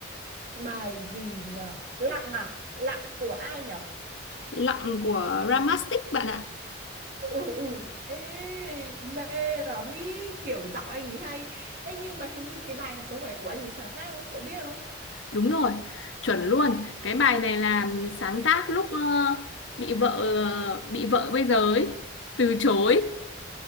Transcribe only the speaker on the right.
bài gì nhỉ lặng à lặng của ai nhỉ
ừ ừ ê mê lắm ý kiểu giọng anh ấy hay ê nhưng mà hình như cái bài này có phải của anh ấy sáng tác không cậu biết không